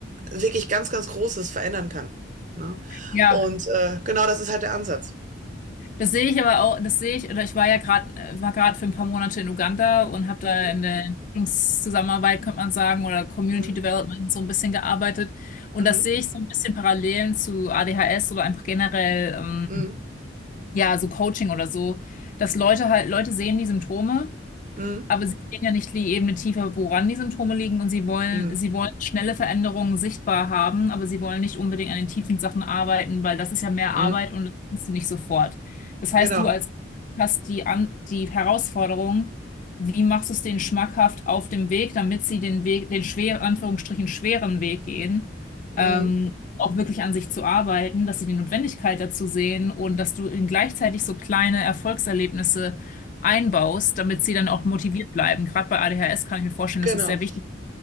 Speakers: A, on the right; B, on the left.
A: wirklich ganz, ganz Großes verändern kann? Ne?
B: Ja,
A: Und äh, genau das ist halt der Ansatz.
B: Das sehe ich aber auch, das sehe ich, oder ich war ja gerade, war gerade für ein paar Monate in Uganda und habe da
A: Mhm.
B: in der Entwicklungszusammenarbeit, könnte man sagen, oder Community
A: Mhm.
B: Development so ein bisschen gearbeitet. Und
A: Mhm.
B: das sehe ich so ein bisschen Parallelen zu ADHS oder einfach generell, ähm,
A: Mhm.
B: ja, so Coaching oder so, dass Leute halt, Leute sehen die Symptome.
A: Mhm.
B: Aber sie gehen ja nicht die Ebene tiefer, woran die Symptome liegen und sie wollen,
A: Mhm.
B: sie wollen schnelle Veränderungen sichtbar haben, aber sie wollen nicht unbedingt an den tiefen Sachen arbeiten, weil das ist ja mehr
A: Mhm.
B: Arbeit und das kannst du nicht sofort. Das heißt,
A: Genau.
B: du als hast die, an, die Herausforderung, wie machst du es denen schmackhaft auf dem Weg, damit sie den Weg, den schweren, Anführungsstrichen schweren Weg gehen,
A: Mhm.
B: ähm, auch wirklich an sich zu arbeiten, dass sie die Notwendigkeit dazu sehen und dass du ihnen gleichzeitig so kleine Erfolgserlebnisse einbaust, damit sie dann auch motiviert bleiben. Gerade bei ADHS kann ich mir vorstellen, das
A: Genau.
B: ist sehr wichtig.